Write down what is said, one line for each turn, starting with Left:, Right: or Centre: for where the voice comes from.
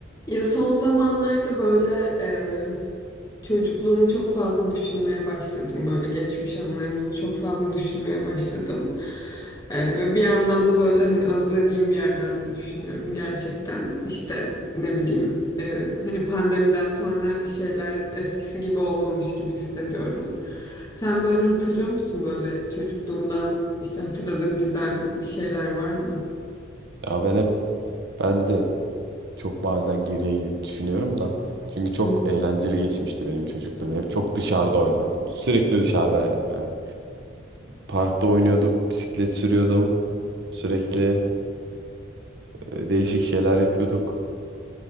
Left: Ya son zamanlarda böyle e, çocukluğumu çok fazla düşünmeye başladım. Böyle geçmiş anılarımızı çok fazla düşünmeye başladım. E, ve bir yandan da böyle hani özlediğim bir yerden de düşünüyorum gerçekten. İşte ne bileyim e, hani pandemiden sonra bir şeyler eskisi gibi olmamış gibi hissediyorum. Sen böyle hatırlıyor musun böyle çocukluğundan işte hatırladığın güzel bir şeyler var mı?
Right: Ya ben hep ben de çok bazen geriye gidip düşünüyorum da. Çünkü çok
Left: Hı
Right: eğlenceli
Left: hı.
Right: geçmişti benim çocukluğum. Hep çok dışarıda oynardım. Sürekli dışarıdaydım yani. Parkta oynuyorduk, bisiklet sürüyordum. Sürekli e, değişik şeyler yapıyorduk.